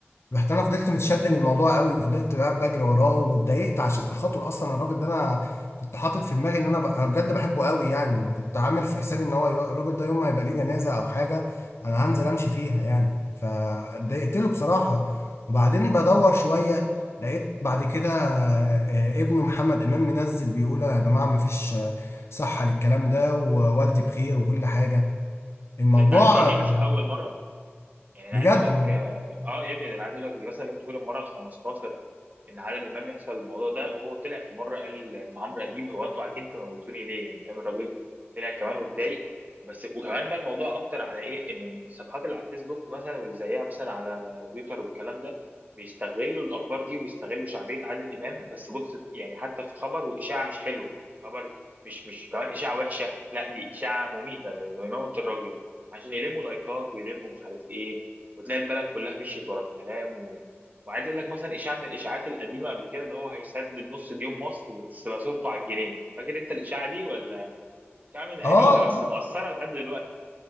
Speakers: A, on the left; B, on the right.
A: رحت انا فضلت متشد للموضوع قوي فضلت بقى بجري وراه واتضايقت عشان خاطر اصلا الراجل ده انا كنت حاطط في دماغي ان انا ب... انا بجد بحبه قوي يعني وكنت عامل في حسابي ان هو ي- الراجل ده يوم ما يبقى ليه جنازه او حاجه انا هنزل امشي فيها يعني فاتضايقت له بصراحه وبعدين بدور شويه لقيت بعد كده آه، ابنه محمد امام منزل بيقول يا جماعه مفيش آه، صحه للكلام ده ووالدي بخير وكل حاجه الموضوع
B: بس انت عارف ان دي
A: آه،
B: مش اول مره يعني انا
A: بجد
B: عايز اقول لك
A: والله.
B: اه آه يا ابني ده انا عايز اقول لك دي مثلا ممكن تكون المره ال 15 ان عادل امام يحصل الموضوع ده وهو طلع في مره قال لعمرو اديب هو انتوا عايزين تموتوني ليه يعني فاهم الراجل طلع كمان واتضايق بس وكمان بقى الموضوع اكتر على ايه ان الصفحات اللي على الفيسبوك مثلا واللي زيها مثلا على تويتر والكلام ده بيستغلوا الاخبار دي وبيستغلوا شعبيه عادل امام بس بص يعني حتى في خبر واشاعه مش حلوه خبر مش مش كمان اشاعه وحشه لا دي اشاعه مميته ده بيموت الراجل عشان يلموا لايكات ويلموا مش عارف ايه وتلاقي البلد كلها مشيت ورا الكلام و... وعايز اقول لك مثلا اشاعه من الاشاعات القديمه قبل كده اللي هو هيسدد نص ديون مصر وبتبقى صورته على الجنيه فاكر انت الاشاعه دي ولا اشاعه من قديمه
A: اه آه.
B: بس مأثره لحد دلوقتي